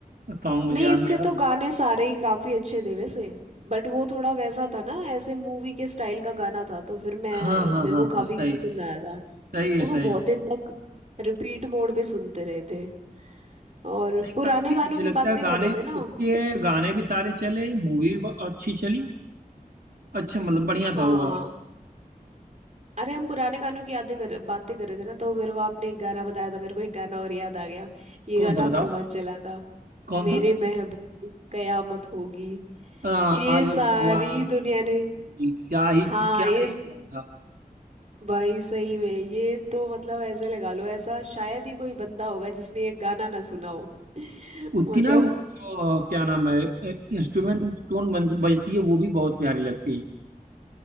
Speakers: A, on the right (about 85°); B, on the right (about 50°).
A: सॉन्ग मुझे
B: नहीं
A: याद
B: इसके
A: नहीं आ रहा
B: तो गाने सारे ही काफी अच्छे थे वैसे बट वो थोड़ा वैसा था ना ऐसे मूवी के स्टाइल का गाना था तो फिर मैं
A: हाँ हाँ
B: मेरे
A: हाँ
B: को
A: हाँ
B: काफी
A: सही
B: पसंद आया था
A: सही है
B: वो
A: सही
B: तो बहुत दिन तक रिपीट मोड पे सुनते रहे थे और
A: नहीं
B: पुराने
A: काफी
B: गानों
A: मुझे
B: की
A: लगता
B: बातें
A: है गाने
B: कर रहे थे ना
A: उसके
B: हम
A: गाने भी सारे चले मूवी भी अच्छी चली अच्छा मतलब बढ़िया
B: हाँ
A: था ओवरऑल
B: अरे हम पुराने गानों की यादें कर बातें कर रहे थे ना तो मेरे को आपने एक गाना बताया था मेरे को एक गाना और याद आ गया ये
A: कौन
B: गाना
A: सा बताओ
B: बहुत चला था
A: कौन
B: मेरे
A: सा
B: महबूब कयामत होगी
A: आ,
B: ये
A: आज
B: सारी
A: ये रुसवा भाई
B: दुनिया ने
A: क्या ही
B: हाँ
A: क्या
B: ये
A: ही
B: स-
A: मजा था
B: भाई सही में ये तो मतलब ऐसे लगा लो ऐसा शायद ही कोई बंदा होगा जिसने ये गाना ना सुना हो <laughs>
A: उसकी
B: मतलब
A: ना वो जो क्या नाम है इंस्ट्रूमेंट टोन बज, बजती है वो भी बहुत प्यारी लगती है